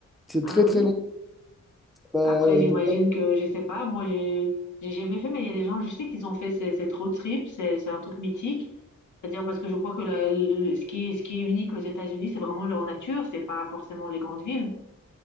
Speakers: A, in the centre; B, on the left.
A: C'est
B: Ah
A: très, très
B: oui.
A: long. Bah,
B: Après, j'imagine
A: de-
B: que, je sais pas, moi, j'ai j'ai jamais fait, mais il y a des gens, je sais qu'ils ont fait ces- cette road trip, c'est c'est un truc mythique. C'est-à-dire parce que je crois que la- le- ce qui, est- ce qui est unique aux États-Unis, c'est vraiment leur nature, c'est pas forcément les grandes villes,